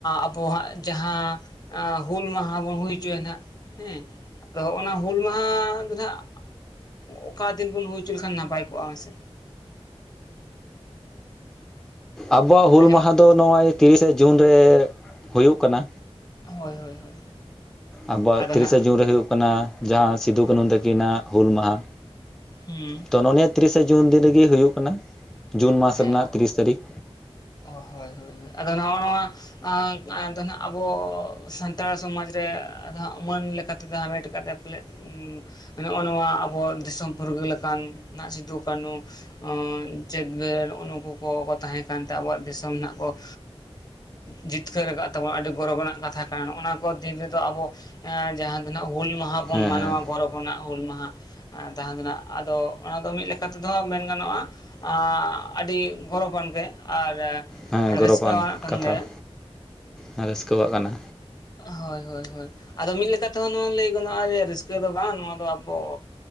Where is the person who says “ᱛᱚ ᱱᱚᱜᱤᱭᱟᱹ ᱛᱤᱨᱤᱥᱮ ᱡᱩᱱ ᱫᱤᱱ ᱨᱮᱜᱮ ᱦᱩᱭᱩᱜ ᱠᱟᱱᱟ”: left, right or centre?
Centre